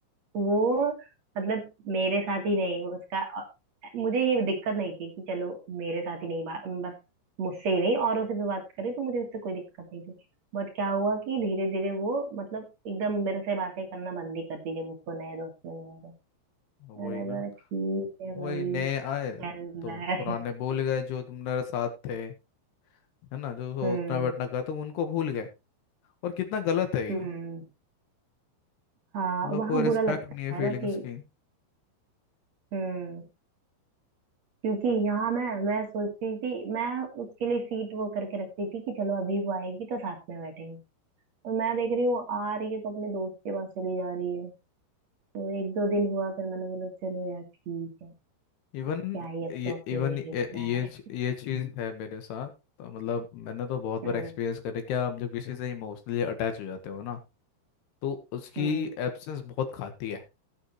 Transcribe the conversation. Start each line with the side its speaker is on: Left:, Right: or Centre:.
Right: वो मतलब मेरे साथ ही नहीं उसका मुझे ये दिक्कत नहीं थी कि चलो मेरे साथ ही नहीं बात बस मुझसे ही नहीं औरों से भी बात करे तो मुझे उससे कोई दिक्कत नहीं थी बट क्या हुआ कि धीरे धीरे वो मतलब एकदम मेरे से बातें करना बंद ही कर दी जब उसको नए दोस्त मिल गए थे
Left: वही
Right: मैंने
Left: ना
Right: बोला ठीक है
Left: वही
Right: भाई
Left: नए आए
Right: चल
Left: तो
Right: बाय
Left: पुराने भूल गए जो तुम मेरे साथ थे है ना जो सो
Right: <laughs> हम्म
Left: उतना बैठना का तो उनको भूल गए और कितना गलत है ये
Right: हम्म हाँ
Left: उन लोग
Right: वहाँ
Left: को रिस्पेक्ट
Right: बुरा लगता
Left: नहीं है फीलिंग्स
Right: है ना कि
Left: की
Right: हम्म क्योंकि यहाँ मैं मैं सोचती थी मैं उसके लिए सीट वो करके रखती थी कि चलो अभी वो आएगी तो साथ में बैठेंगे और मैं देख रही हूँ वो आ रही है तो अपने दोस्त के पास चली जा रही है तो एक दो दिन हुआ फिर मैंने बोला चलो यार ठीक है
Left: इवन
Right: अब क्या ही अब
Left: ये
Right: तो अकेले
Left: इवन ये
Right: ही रहना
Left: ये
Right: है
Left: च- ये चीज़ है मेरे साथ तो मतलब मैंने तो बहुत बार
Right: हम्म
Left: एक्सपीरियंस करे क्या आप जब किसी से इमोशनली अटैच हो जाते हो ना तो उसकी
Right: हम्म
Left: एब्सेंस बहुत खाती है